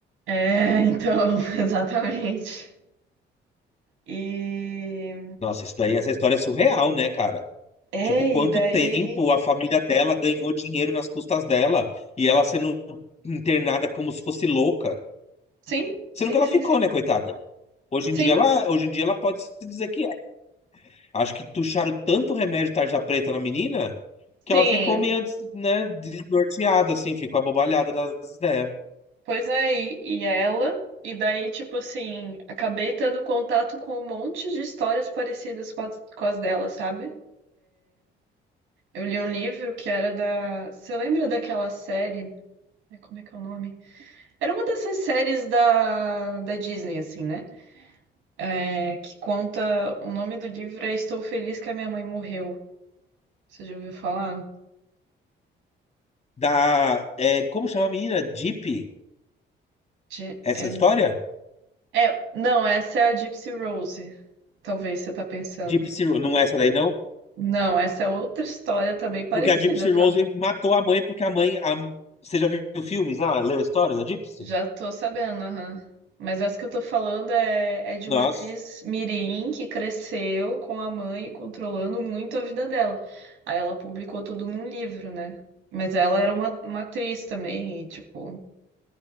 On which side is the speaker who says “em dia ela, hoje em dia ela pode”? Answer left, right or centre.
Left